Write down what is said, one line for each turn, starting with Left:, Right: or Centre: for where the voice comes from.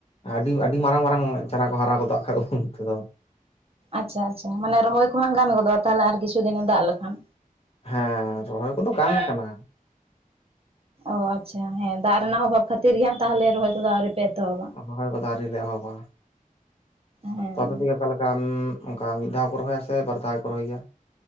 Left: ᱟᱹᱰᱤ ᱟᱹᱰᱤ ᱢᱟᱨᱟᱝ ᱢᱟᱨᱟᱝ ᱪᱟᱨᱟ ᱠᱚ ᱦᱟᱨᱟ ᱜᱚᱫᱚᱜ-ᱟ ᱠᱷᱟᱡ ᱩᱛᱷᱠᱩᱢ ᱚᱱᱛᱮ ᱫᱚ᱾
Right: ᱟᱪᱪᱷᱟ ᱟᱪᱪᱷᱟ᱾ ᱢᱟᱱᱮ ᱨᱚᱦᱚᱭ ᱠᱚ ᱦᱩᱱᱟᱹᱝ ᱜᱟᱱ ᱜᱚᱫᱚᱜ-ᱟ ᱛᱟᱦᱞᱮ ᱟᱨ ᱠᱤᱪᱷᱩ ᱫᱤᱱ ᱮ ᱫᱟᱜ ᱞᱮᱠᱷᱟᱱ᱾
Left: ᱦᱮᱸ ᱨᱚᱦᱚᱭ ᱠᱚᱫᱚ ᱜᱟᱱ ᱟᱠᱟᱱᱟ᱾
Right: ᱚ ᱟᱪᱪᱷᱟ᱾ ᱦᱮᱸ, ᱫᱟᱜ ᱨᱮᱱᱟᱜ ᱚᱵᱷᱟᱵᱽ ᱠᱷᱟᱹᱛᱤᱨ ᱜᱮ ᱦᱟᱸᱜ ᱛᱟᱦᱞᱮ ᱨᱚᱦᱚᱭ ᱠᱚᱫᱚ ᱟᱹᱣᱨᱤᱯᱮ ᱮᱛᱚᱦᱚᱵᱟ?
Left: ᱨᱚᱦᱚᱭ ᱠᱚᱫᱚ ᱟᱹᱣᱨᱤ ᱞᱮ ᱮᱦᱚᱵᱟ᱾
Right: ᱦᱮᱸ
Left: ᱛᱚ ᱟᱯᱮᱥᱮᱫ ᱚᱠᱟ ᱞᱮᱠᱟ ᱩᱸᱢᱻ ᱚᱱᱠᱟ ᱢᱤᱫ ᱫᱷᱟᱣ ᱠᱚ ᱨᱚᱦᱚᱭᱟ ᱥᱮ ᱵᱟᱨ ᱫᱷᱟᱣ ᱠᱚ ᱨᱚᱦᱚᱭ ᱜᱮᱭᱟ?